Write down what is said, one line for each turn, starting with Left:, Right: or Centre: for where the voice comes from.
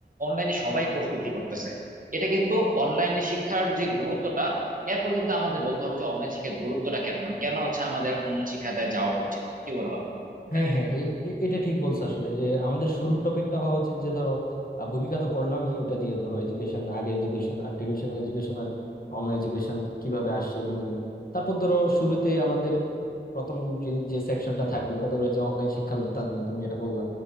Right: অনলাইনে সবাই কোর্স বিক্রি করতেছে এটা কিন্তু অনলাইনে শিক্ষার যে গুরুত্বটা এরপর কিন্তু আমাদের বলতে হবে যে অনলাইন শিক্ষার গুরুত্বটা কেন মানে কেন হচ্ছে আমাদের অনলাইন শিক্ষাতে যাওয়া উচিত কি বলা হবে এটা
Left: হ্যাঁ
Right: নিয়ে
Left: হ্যাঁ এ- এ- এটা ঠিক বলছো আসলে যে আমাদের শুরুর টপিকটা হওয়া উচিত যে ধরো আহ, ভূমিকা তো করলামই ওইটা দিয়ে ধরো এডুকেশন আগে এডুকেশন আর ট্রেডিশনাল এডুকেশন আর অনলাইন এডুকেশন কিভাবে আসছে এগুলো নিয়ে তারপর ধরো শুরুতেই আমাদের প্রথম যে যে সেকশনটা থাকবে ওটা ধরো ওই যে অনলাইন শিক্ষার উত্থান নিয়ে তুমি যেটা বললা